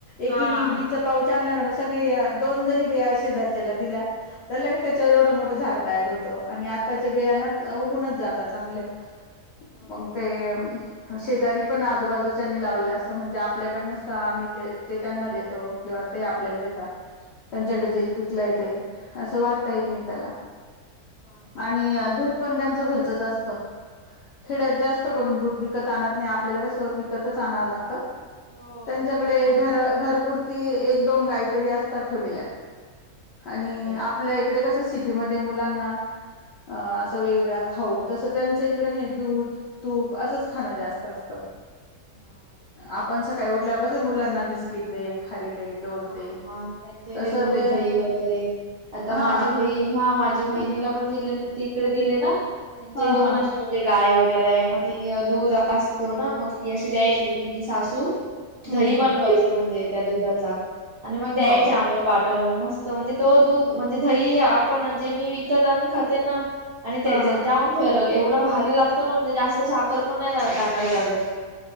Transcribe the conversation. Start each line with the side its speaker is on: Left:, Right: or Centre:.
Left: एकिनी
Right: हा.
Left: बीच पाऊच आणला ना मग सगळी दोन जरी बीया शेजारच्याला दिल्या- तर लगेच त्याच्यावर एवढं मोठं झाड तयार होतं आणि
Right: हो
Left: आत्ताच्या बियाना उगुनच जातात चांगल्या
Right: हो
Left: मंग ते शेजारी पण आजूबाजूच्यांनी लावलेलं असतं, म्हणजे आपल्याकड नसतं आम्ही ते ते त्यांना देतो किंवा ते आपल्याला देतात त्यांच्याकडे जे पिकलंय ते असं वाटतं एकमेकाला
Right: हा ना
Left: आणि दूध पण त्यांचं घरचच असतं खेड्यात जास्त करून दूध विकत आणत नाही आपल्याला कसं विकतच आणावं लागतं
Right: हो
Left: त्यांच्याकडे
Right: तेच ना
Left: घरं घरपुरती एक-दोन गायी तरी असतात ठेवलेल्या. आणि
Right: हो काय
Left: आप ल्या इकडे कसं सिटीमध्ये मुलांना असं वेगवेगळा खाऊ तसं त्यांचं इ कडे नाही दूध, तूप असंच खाणं जास्त असतं.
Right: हा.
Left: आपण सकाळी उठल्यावर कसं मुलांना बिस्किट दे, खारी दे. टोस्ट
Right: हा
Left: दे.
Right: त्यांच्या इथे
Left: तसं
Right: दूध,
Left: ते
Right: दही वगैरे आता
Left: हा
Right: माझी बहिण हा मा झी बहिणीला पण दिले तिकडे दिले ना त्यांच्या
Left: हा
Right: इथे
Left: हा
Right: पण अशे गाय वगैरे आहे मग ती दूध असतो ना मग ती अशी द्यायची तिझी सासू
Left: हम्म
Right: दही
Left: हम्म
Right: बनवायची म्हणजे त्या दुधाचा आणि मग द्यायचे
Left: हो का
Right: आम्हाला पाठ वून मस्त म्हणजे तो दूध म्हणजे दही आपण जे मी विकत आणून खाते ना आणि त्याच्यात
Left: हा हा
Right: जाम फरक एवढा भारी लागतो ना म्हणजे जास्त साखर पण नाही टाकायला लागत.